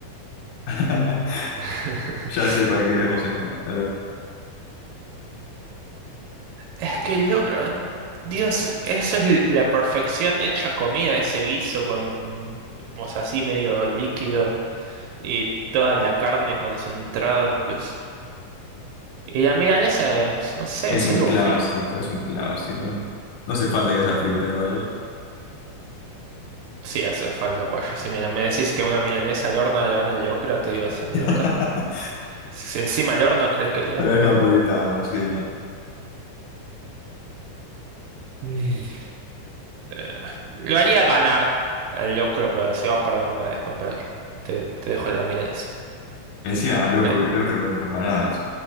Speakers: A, on the left; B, on the right.
A: <laughs>
B: <laughs>
A: Ya sé cuál querés vos acá.
B: Es que el locro, Dios, eso es l- la perfección hecha comida, ese guiso con, o sea, así medio líquido y toda la carne concentrada. Dios. Y la milanesa es, no sé,
A: Es
B: es
A: un
B: algo
A: clásico,
B: frito.
A: es un clásico, ¿no? No hace falta que sea frita igual.
B: Sí, hace falta pollo. Si me, me decís que una milanesa al horno le gana el locro, te digo salí
A: <laughs>
B: de acá. Si encima al horno crees que le gana.
A: Pero es napolitano encima.
B: Mm. Eh, lo haría ganar al locro, pero si va a perder una después, ¿para qué? Te, te dejo la milanesa.
A: Decía "Ah, loco
B: Eh,
A: locro contra empanadas.